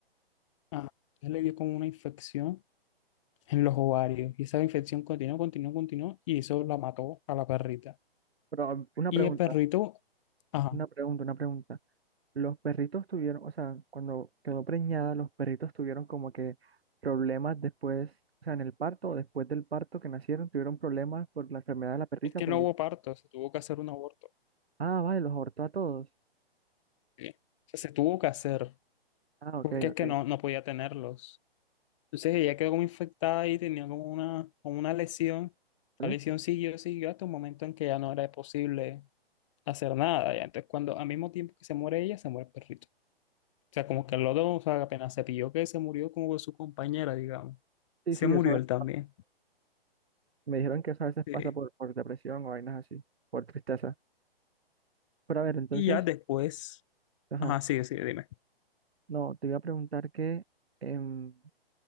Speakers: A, on the left (about 30°); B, on the right (about 80°).
A: ajá, entonces le dio como una infección en los ovarios y esa infección continuó, continuó, continuó y eso la mató a la perrita.
B: Pero um, una
A: Y
B: pregunta,
A: el perrito, ajá,
B: una pregunta, una pregunta. Los perritos tuvieron, o sea, cuando quedó preñada, los perritos tuvieron como que problemas después, o sea, en el parto o después del parto que nacieron, tuvieron problemas por la enfermedad de la perrita.
A: Es que
B: Por
A: no
B: el-
A: hubo parto, se tuvo que hacer un aborto.
B: Ah, vale, los abortó a todos.
A: ¿sí? O sea, se tuvo que hacer,
B: Ah, ok,
A: porque es
B: ok.
A: que no, no podía tenerlos. Entonces ella quedó como infectada y tenía como una, como una lesión.
B: ¿Vale?
A: La lesión siguió, siguió hasta un momento en que ya no era posible hacer nada. ya. Entonces, cuando al mismo tiempo que se muere ella, se muere el perrito. O sea, como que los dos, o sea, apenas se pilló que se murió como su compañera, digamos.
B: Sí,
A: Se
B: sí,
A: murió
B: eso es-
A: él también.
B: me dijeron que eso a veces
A: Sí.
B: pasa por, por depresión o vainas así, por tristeza. Pero a ver, entonces,
A: Y ya después,
B: ajá,
A: ajá, sigue, sigue, dime.
B: no, te voy a preguntar que, em,